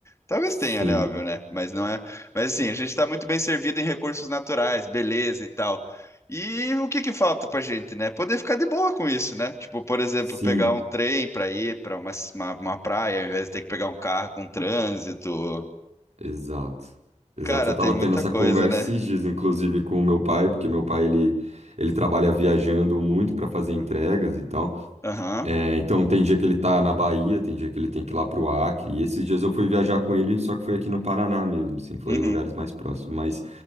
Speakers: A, on the left; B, on the right.
A: Talvez
B: sim,
A: tenha, né, óbvio, né? Mas não é. Mas assim, a gente tá muito bem servido em recursos naturais, beleza e tal. E o que que falta pra gente, né? Poder ficar de boa com isso, né? Tipo, por exemplo,
B: sim.
A: pegar um trem pra ir pra uma, uma, uma praia, ao invés de ter que pegar um carro com trânsito.
B: Exato. Exato.
A: Cara,
B: Eu estava
A: tem muita
B: tendo essa
A: coisa,
B: conversa
A: né?
B: esses dias, inclusive, com o meu pai, porque meu pai ele, ele trabalha viajando muito para fazer entregas e tal.
A: Aham.
B: É, então tem dia que ele tá na Bahia, tem dia que ele tem que ir lá pro Acre. E esses dias eu fui viajar com ele, só que foi aqui no Paraná mesmo, assim, foi
A: Uhum.
B: lugares mais próximos. Mas